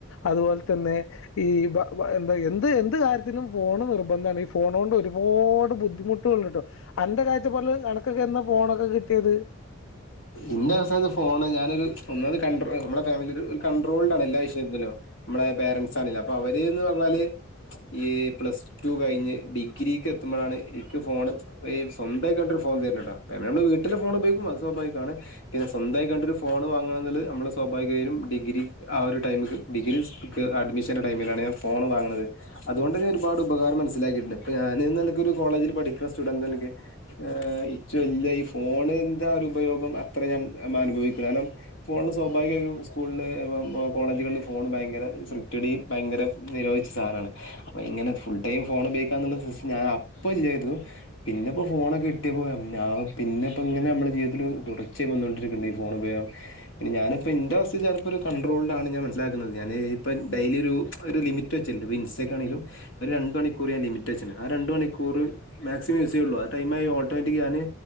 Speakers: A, on the left (about 80°); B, on the left (about 65°).
A: അതുപോലെ തന്നെ ഈ വ എന്ത് എന്ത് കാര്യത്തിലും, ഫോണ്, നിർബന്ധമാണ്, ഈ, ഫോൺ കൊണ്ട്, ഒരുപാട്, ബുദ്ധിമുട്ടുകൾ, ണ്ട്, ട്ടോ, അന്റെ, കാർ <unintelligible> അനക്കൊക്കെന്നാ, ഫോണൊക്കെ, കിട്ടിയേത്
B: ഇന്റെ, സാ ഫോണ്, ഞാനൊരു, ഒന്നാമത്, കണ്ട്രോ, നമ്മളെ, ഫാമിലിയൊര്, ഒര്, കണ്ട്രോൾഡ് ആണ്, എല്ലാ വിഷയത്തിലും നമ്മള, പേരെന്റ്സാണേലും, അപ്പൊ, അവര്ന്ന്പറഞ്ഞാല്, ഈ, പ്ലസ്ടു കയിഞ്ഞു, ഡിഗ്രിക് ഇക്ക്, ഫോണ്, ഈ, സ്വന്തായിക്കാണ്ട്ര്, ഫോണ്, തരണ് ട്ടോ, കാരണം, മ്മള്, വീട്ടിലെ ഫോൺ ഉപയോഗിക്കും, അത്, സ്വഭാവികാണ് പിന്നെ സ്വന്തമായി കണ്ടൊരു ഫോണ് വാങ്ങണൽ നമ്മളുടെ സ്വാഭാവികമായാലും ഡിഗ്രി ആ ഒരു ടൈമക്ക ഡിഗ്രി അഡ്മിഷന്റെ ടൈമിലാണ് ഞാൻ ഫോൺ വാങ്ങുന്നത്ത് അതുകൊണ്ട് തന്നെ ഒരുപാട് ഉപകാരം മനസ്സിലാക്കിയിട്ടുണ്ട് ഇപ്പ ഞാ ന് ഒരു കോളേജിൽ പഠിക്കുന്ന സ്റ്റുഡന്റ് എന്ന നിലക്ക് ഇച്ച്വല്ലാ ഈ ഫോണിന്റെ ഒരു ഉപയോഗം അത്രയും ഞാൻ അനുഭവിക്കുന്നു കാരണം ഫോണിൽ സ്വാഭാവികമായി സ്കൂളിൽ കോളേജുകളിൽ ഫോണ് ഭയങ്കര സ്ട്രക്റ്റിലി ഭയങ്കര നിരോധിച്ച സാധനമാണ് അപ്പൊ ഇങ്ങനെ ഫുൾ ടൈം ഫോൺ ഉപയോഗിക്കാ എന്നുള്ള സിസ്റ്റം ഞാ ഇപ്പ ഇല്ലായിരുന്നു പിന്നെ ഇപ്പോ ഫോണൊക്കെ കിട്ടിയപ്പോ ആ പിന്നെപ്പോ ഇങ്ങനെ നമ്മളെ ജീവിതത്തിൽ <unintelligible> ഈ ഫോൺ ഉപയോഗം പിന്നെ ഞാനിപ്പ <unintelligible> കുറച്ച് ഒരു കണ്ടട്രോളിലാണ് ഞാൻ ഇപ്പോ മനസ്സിലാക്കുന്നത്. ഇപ്പ ഡെയിലി ഒരു ലിമിറ്റ് വെച്ചിട്ടി ണ്ട് ഇപ്പോ ഇൻസ്റ്റ ഒക്കെ ആണങ്കിലും ഒരു രണ്ട് മണിക്കൂർ ഞാൻ ലിമിറ്റ് വെച്ച ആ രണ്ട് മണിക്കൂർ മണിക്കൂർ മാക്സിമം യൂസ് ചെയുള്ളൂ ആ ടൈം ആയാൽ ഓട്ടോമാറ്റിക് ഞാന്